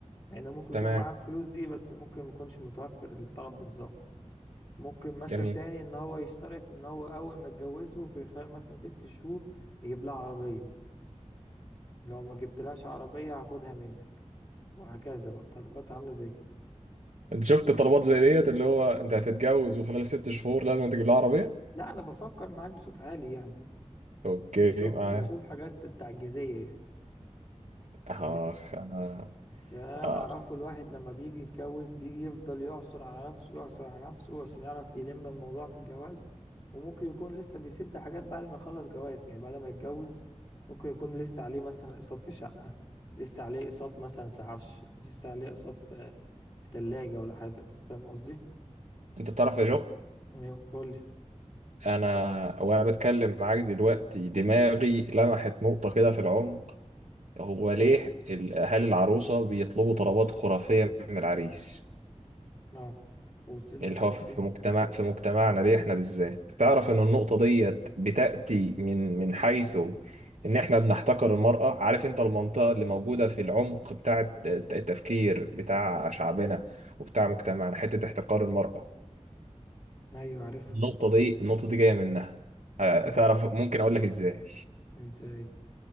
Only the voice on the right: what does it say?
تمام
جميل
انت شفت طلبات زي ديت اللي هو انت هتتجوز وخلال ست شهور لازم تجيب لها عربية
اوكي
معاك
اخ
انا
آه.
انت بتعرف يا جو
انا وانا بتكلم معاك دلوقتي دماغي لمحت نقطة كده في العمق هو ليه ال- اهالي العروسة بيطلبوا طلبات خرافية من العريس
اللي
هو في
مجتمع في مجتمعنا ليه احنا بالذات تعرف ان النقطة ديت بتأتي من من حيث ان احنا بنحتقر المرأة عارف انت المنطقة اللي موجودة في العمق بتاع الت- التفكير بتاع شعبنا وبتاع مجتمعنا حتة احتقار المرأة
النقطة دي النقطة دي جاية منها آه،
تعرف ممكن اقول لك ازاي